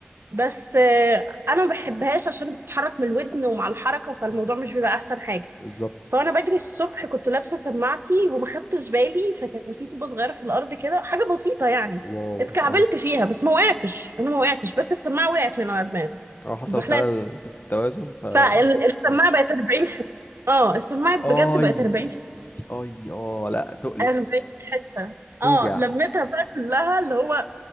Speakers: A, on the right; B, on the left.
A: بس آه، انا ما بحبهاش عشان بتتحرك من الودن ومع الحركه فالموضوع مش بيبقى احسن حاجه
B: بالظبط
A: فانا بجري الصبح كنت لابسه سماعتي وما خدتش بالي فكان في طوبه صغيره في الارض كده حاجه بسيطه يعني
B: واو
A: اتكعبلت
B: اه
A: فيها بس ما وقعتش انا ما وقعتش بس السماعه وقعت من على دماغي
B: اه حصل
A: اتزحلقت
B: خلل في التوازن ف
A: فالسماعة
B: مم.
A: بقت 40 حتة اه السماعة بجد
B: اي
A: بقت 40 حتة
B: اي اه لا تؤلم
A: 40 حتة
B: توجع
A: اه لميتها بقى كلها اللي هو